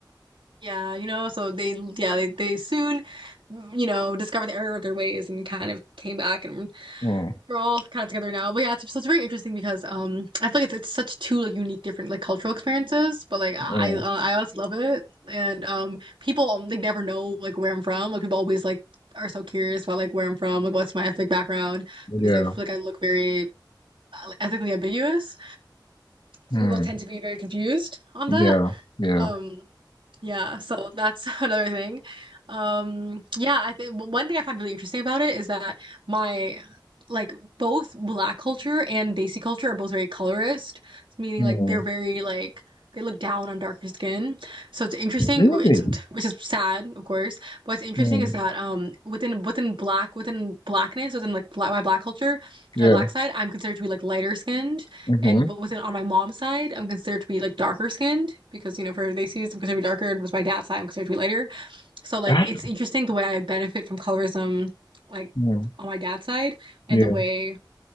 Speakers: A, on the right; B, on the left.
A: Yeah, you know, so they yeah, they they soon, you know, discovered the error of their ways and kind of came back and
B: Mm,
A: we're all kind of together now. But yeah, it's, so it's very interesting because um I feel like it's, it's such two like unique different like cultural experiences, but like I
B: mm,
A: uh, I honestly love it. And um people um, they never know like where I'm from. Like people always like are so curious about like where I'm from, like what's my ethnic background
B: yeah.
A: because I feel like I look very uh, like, ethnically ambiguous. So
B: Mm,
A: people tend to be very confused on
B: yeah.
A: that.
B: Yeah.
A: Um yeah, so that's <laughs> another thing. Um, yeah, I think one thing I found really interesting about it is that my like both black culture and Desi culture are both very colorist, meaning
B: Mm,
A: like they're very like they look down on darker skin. So it's interesting.
B: really?
A: It's which is sad, of course. But what's interesting
B: Mm,
A: is that um within within black within blackness within like black, my black culture,
B: yeah.
A: my black side, I'm considered to be like lighter skinned
B: Mm-hmm.
A: and but within on my mom's side, I'm considered to be like darker skinned because you know for they see I'm considered to be darker, and with my dad's side, I'm considered to be lighter. So like
B: That.
A: it's interesting the way I benefit from colorism, like
B: Mm,
A: on my dad's side, and
B: yeah.
A: the way